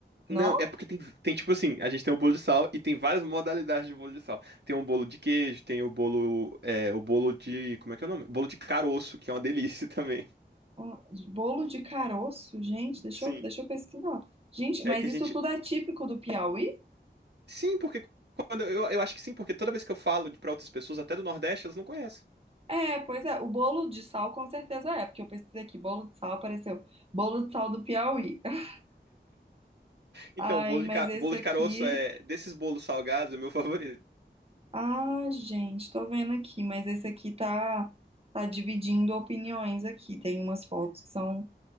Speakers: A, on the right; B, on the right.
A: Não?
B: Não, é porque tem, tem tipo assim, a gente tem o bolo de sal e tem várias modalidades de bolo de sal. Tem um bolo de queijo, tem o bolo, é, o bolo de, como é que é o nome? Bolo de caroço, que é uma delícia <laughs> também.
A: Um Bolo de caroço, gente, deixa
B: Sim,
A: eu, deixa eu pesquisar. Gente,
B: é
A: mas
B: que a
A: isso
B: gente,
A: tudo é típico do Piauí?
B: sim, porque quando eu, eu acho que sim, porque toda vez que eu falo de- pra outras pessoas, até do Nordeste, elas não conhecem.
A: É, pois é. O bolo de sal com certeza é, porque eu pesquisei aqui, bolo de sal apareceu. Bolo de sal do Piauí. <laughs>
B: Então,
A: Aí,
B: bolo de,
A: mas
B: ca-
A: esse
B: bolo de
A: aqui.
B: caroço é desses bolos salgados é o meu <laughs> favorito.
A: Ah, gente, tô vendo aqui, mas esse aqui tá, tá dividindo opiniões aqui. Tem umas fotos que são,